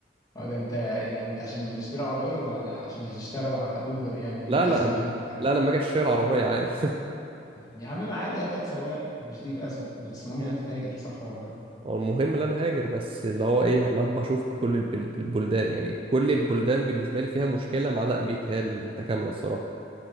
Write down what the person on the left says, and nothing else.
اه ده انت يعني انت عشان لما تشتري عربيه ولا ع- عشان هتشتغل على اوبر يعني دي
الازمه
بالنسبه
يا عم ما عادي هات لك سواق مش دي الأزمة بس المهم
إن أنت تهاجر صح ولا